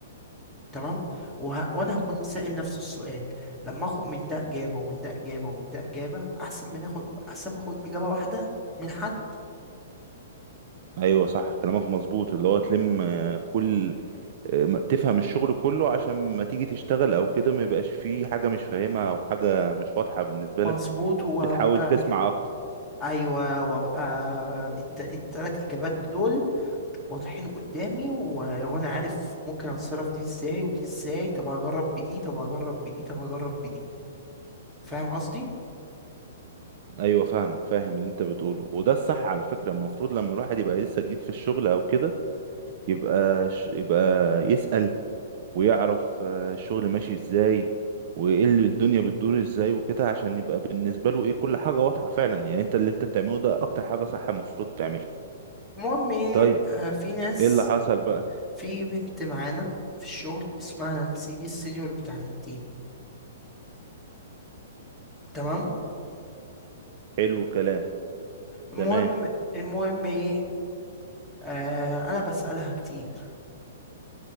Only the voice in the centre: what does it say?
تمام وه... وانا هكون سائل نفس السؤال لما اخد من ده اجابه ومن ده اجابه ومن ده اجابه احسن من اخد احسن ما اخد اجابه واحده من حد
مظبوط
وابقى
ايوه وابقى الت... التلات اجابات دول واضحين قدامي و... وانا عارف ممكن اتصرف دي ازاي ودي ازاي طب هجرب بدي طب هجرب بدي طب هجرب بدي فاهم قصدي
المهم ايه
آه، في ناس
في بنت معانا في الشغل اسمها نانسي دي السينيور بتاعت التيم تمام
المهم
المهم ايه آه انا بسألها كتير